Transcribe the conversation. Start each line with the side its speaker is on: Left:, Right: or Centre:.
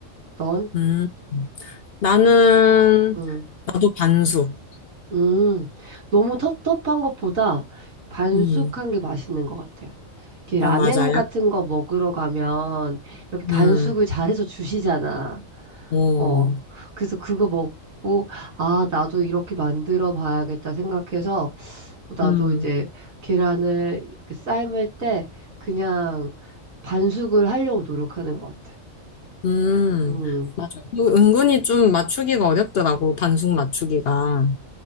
Right: 넌?
Left: 음, 나는,
Right: 응.
Left: 나도 반숙.
Right: 음. 너무 텁텁한 것보다 반숙한
Left: 음,
Right: 게 맛있는 것 같아. 이렇게 라멘
Left: 어, 맞아요.
Right: 같은 거 먹으러 가면 이렇게 반숙을
Left: 음,
Right: 잘해서 주시잖아.
Left: 어,
Right: 어. 그래서 그거 먹고, 아, 나도 이렇게 만들어 봐야겠다 생각해서 어, 나도
Left: 음,
Right: 이제 계란을 이렇게 삶을 때 그냥 반숙을 하려고 노력하는 것 같아.
Left: 음,
Right: 응.
Left: 맞아. 그 은근히 좀 맞추기가 어렵더라고, 반숙 맞추기가.